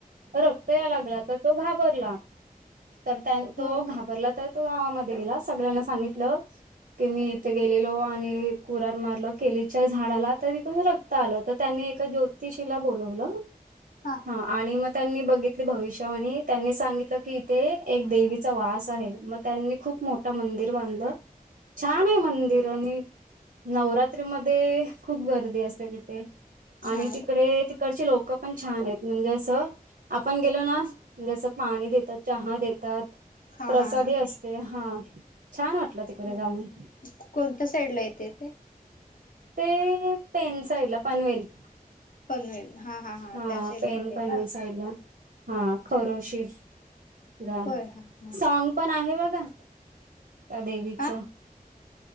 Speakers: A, on the right; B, on the left.
A: रक्त या लागला तर. तो घाबरला तर त्या
B: हो
A: तो घाबरला तर तो गावामध्ये. गलाे सगळ्यांना सांगितल की मी इथे गेलो. आणि कुरार मारलं केलीच्या झाडाला तर तिथून रक्त आलं तर त्यांनी एका ज्योतिषीला बोलवलं. <inaudible>
B: हां.
A: हा आणि मग त्यांनी बघितली भविष्यावाणी त्यांनी सांगितलं की इथे एक देवीचा वास आहे मग त्यांनी खूप मोठं मंदिर बांधलं छान आहे मंदिर आणि. नवरात्री मध्ये खूप गर्दी असते तिथे आणि
B: हा
A: तिकडे ते तीकडची लोक पण छान आहेत म्हणजे असं. आपण गेल ना जसं पाणी देतात चहा देतात
B: हा
A: प्रसादी
B: हा
A: असते. ह छान वाटलं तिकडे
B: हा.
A: जाऊन.
B: कोणत्या साईड ला येते ते
A: ते पेन साईडला पनवेल.
B: पनवेल हा
A: हा
B: त्या साईडला
A: पेन
B: येते.
A: पनवेल साईलं. हा खरोशी गा
B: होय हा हा
A: सॉग पण आहे बघा. त्या देवीचं.
B: हा